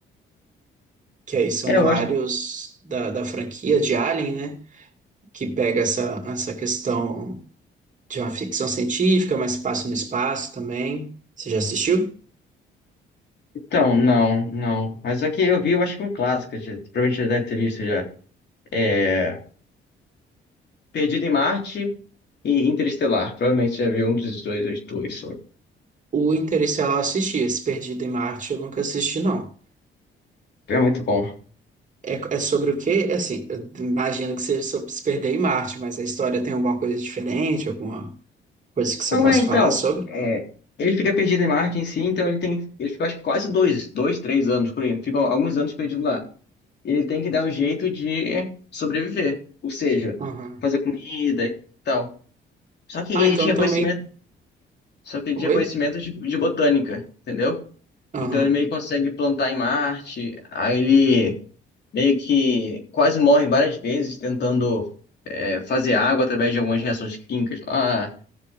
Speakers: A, on the right; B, on the left.
A: que aí são
B: É,
A: vários
B: eu gosto.
A: da, da franquia de Alien, né? Que pega essa, essa questão de uma ficção científica, mas passa no espaço também. Você já assistiu?
B: Então, não, não. Mas aqui eu vi, eu acho que um clássico, já, provavelmente já deve ter visto já. É. Perdido em Marte e Interestelar. Provavelmente já viu um dos dois, os dois.
A: O Interestelar eu assisti, esse Perdido em Marte eu nunca assisti, não.
B: É muito bom.
A: É, é sobre o quê? É Assim, eu imagino que seja sobre se perder em Marte, mas a história tem alguma coisa diferente, alguma coisa que você
B: Não
A: possa
B: é, então.
A: falar sobre?
B: é, ele fica perdido em Marte em si, então ele tem. Ele fica acho que quase dois, dois, três anos, por aí. Ficam alguns anos perdido lá. Ele tem que dar um jeito de sobreviver. Ou seja,
A: Aham.
B: fazer comida e tal. Só que
A: Ah,
B: ele
A: então
B: tinha
A: também.
B: conhecimento. Só que ele
A: Oi?
B: tinha conhecimento de, de botânica, entendeu?
A: Aham.
B: Então ele meio que consegue plantar em Marte. Aí ele meio que quase morre várias vezes tentando é, fazer água através de algumas reações químicas. Ah.